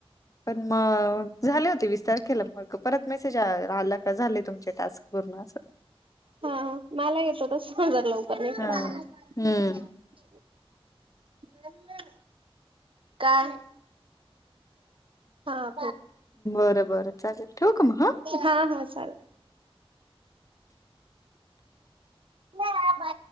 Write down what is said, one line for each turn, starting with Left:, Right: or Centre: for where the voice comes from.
Left: पण मग झाले होती विस्तार केला मग परत मेसेज आला का झाले तुमचे टास्क पूर्ण असं
Right: हा मला येतो तस नजर लवकर नाही क
Left: हा हम्म
Right: ह काय हा
Left: बरं बरं चालेल ठेव का मग ह
Right: हा हा चाल बा